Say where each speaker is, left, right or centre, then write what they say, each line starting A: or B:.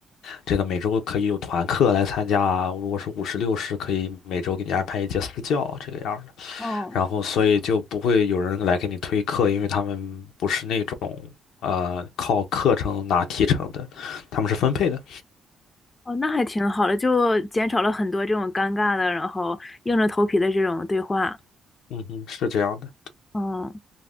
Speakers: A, on the left (about 85°); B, on the left (about 25°).
A: 这个每周可以有团课来参加啊，如果是五十六十，可以每周给你安排一节私教这个样儿的。
B: 哦。
A: 然后，所以就不会有人来给你推课，因为他们不是那种呃靠课程拿提成的，他们是分配的。
B: 哦，那还挺好的，就减少了很多这种尴尬的，然后硬着头皮的这种对话。
A: 嗯哼，是这样的。
B: 嗯，